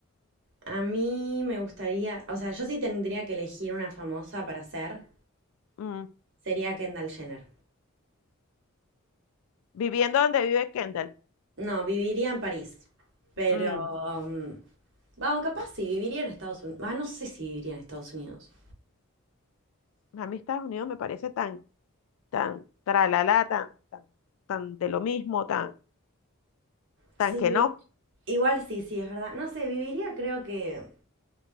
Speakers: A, on the right; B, on the left.
A: A mí me gustaría, o sea, yo sí tendría que elegir una famosa para ser,
B: Mm.
A: sería Kendall Jenner.
B: Viviendo donde vive Kendall.
A: No, viviría en París, pero...
B: Mm.
A: mm, Va, o capaz sí, viviría en Estados Unidos. Ah, no sé si viviría en Estados Unidos.
B: A mí Estados Unidos me parece tan, tan, tralala, tan, tan, tan de lo mismo, tan,
A: Sí.
B: tan que no.
A: Igual sí, sí, es verdad. No sé, viviría creo que